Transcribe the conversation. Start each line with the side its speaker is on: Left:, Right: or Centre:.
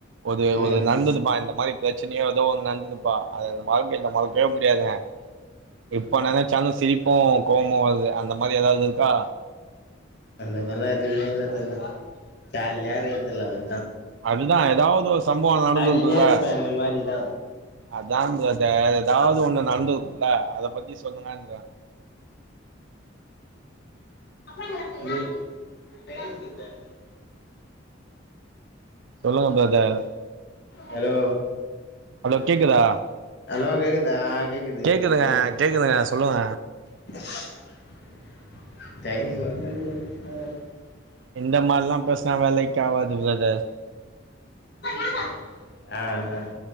Right: ஒரு-ஒரு
Left: ம்
Right: நந்ததுபா இந்த மாரி பிரச்சனையோ ஏதோ நந்ததுப்பா அது அந்த வாழ்க்கையில மறக்கவே முடியாதுங்க இப்ப நெனைச்சாலு சிரிப்பு கோவம்மா வருது அந்த மாரி ஏதாவது இருக்கா
Left: அந்த மாரில்லா எதும இல்ல தல்ல ஜாலியா இருக்க தல அது
Right: அதுதா ஏதாவது ஒரு சம்பவ நடந்துருக்குலா
Left: ஆடினே இருப்பே அந்த மாரிதா
Right: அதா பிரதர் ஏதாவது ஒண்ணு நடந்துரு குல்ல அத பத்தி சொல்லுங்கன்றே
Left: ம்
Right: சொல்லுங்க பிர தர்
Left: ஹலோ
Right: ஹலோ கேக்குதா
Left: ஹலோ கேக்குதா கேக்குது
Right: கேக்குதுங்க-கேக்குதுங்க
Left: சொல்லுங்க
Right: சொல்லுங்க
Left: <unintelligible>
Right: எந்த மாரில்லா பேஸ்னா வேலைக்காவது பிரதர்
Left: ஆஹ் ஆஹ்